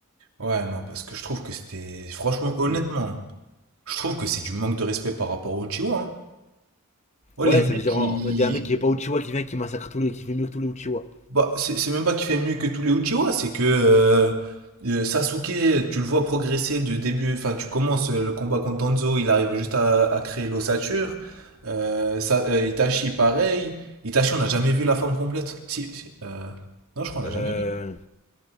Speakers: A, on the right; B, on the left.
A: Ouais, non, parce que je trouve que c'était, franchement, honnêtement,
B: Hmm.
A: je trouve que c'est du manque de respect par rapport aux Uchiwa. hein. Ouais,
B: Ouais,
A: les mecs,
B: ça veut dire
A: ils,
B: en, en mode, il y a un mec qui est pas Uchiwa qui vient qui massacre tous les, qui fait mieux que tous les Uchiwa.
A: Bah, c'est c'est même pas qu'il fait mieux que tous les Uchiwa, c'est que euh, euh, Sasuke, tu le vois progresser de début, enfin tu commences euh, le combat contre Danzo, il arrive juste à, à créer l'ossature. Euh, Sa- euh, Itachi, pareil. Itachi, on n'a jamais vu la forme complète. Si, si, euh, Non, je crois qu'on
B: Euh,
A: l'a jamais vu.